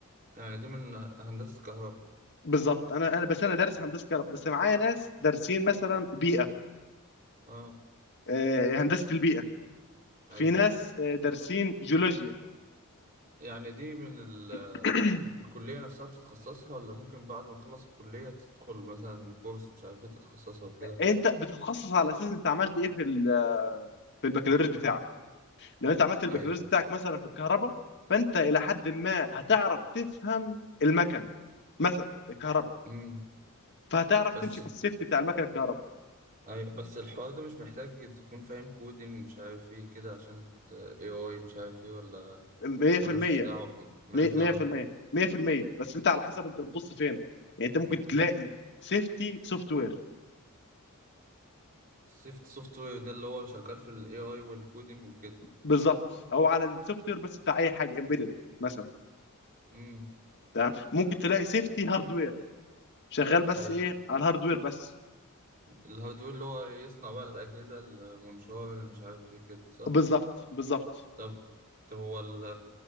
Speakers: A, on the right; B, on the left.
A: يعني دي من هندسة كهرباء
B: بالظبط انا انا بس انا دارس هندسه كهرباء بس معايا ناس دارسين مثلا بيئه
A: اه
B: آه، هندسه البيئه في
A: ايوه
B: ناس آه، دارسين جيولوجيا
A: يعني دي من ال...
B: <clears throat>
A: الكلية نفسها بتتخصصها ولا ممكن بعد ما تخلص الكلية تدخل مثلا كورس مش عارف ايه تتخصصها وكده
B: انت بتتخصص على اساس انت عملت ايه في ال- آه، في البكالوريوس بتاعك لو انت عملت البكالوريوس
A: ايوه
B: بتاعك مثلا في الكهرباء فانت الى حد ما هتعرف تفهم المكن مثلا الكهرباء
A: امم
B: فهتعرف
A: بس
B: تمشي في السيفتي بتاع المكن الكهرباء
A: ايوه بس الحوار ده مش محتاج تكون فاهم كودينج مش عارف ايه كده عشان ت- AI مش عارف ايه ولا
B: 100%
A: ملوش دعوة ملوش
B: 100%
A: دعوة
B: 100% بس انت على حسب انت بتبص فين يعني انت ممكن
A: امم
B: تلاقي سيفتي سوفت وير
A: سيفت سوفت وير ده اللي هو شغال في ال AI والكودينج وكده
B: بالظبط او على السوفت وير بس بتاع اي حاجه امبيدد مثلا
A: امم
B: تمام ممكن تلاقي سيفتي هاردوير شغال بس
A: أيوة
B: ايه على الهاردوير بس
A: الهاردوير اللي هو يصنع بقى الأجهزة المنشار اللي مش عارف ايه كده صح؟
B: بالظبط بالظبط
A: طب طب هو ال-